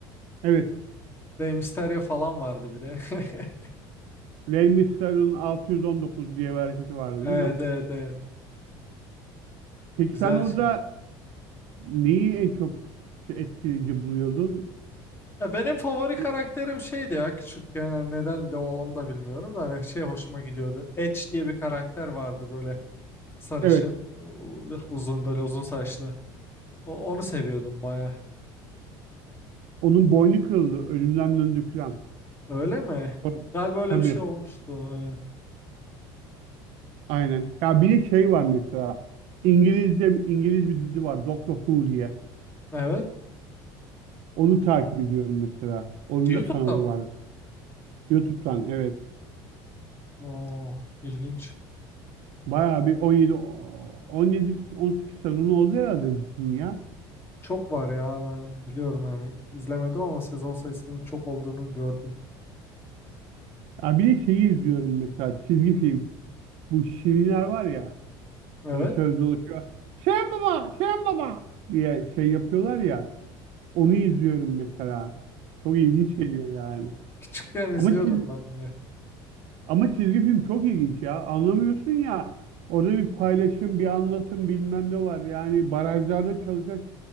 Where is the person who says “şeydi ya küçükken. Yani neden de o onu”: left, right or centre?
Left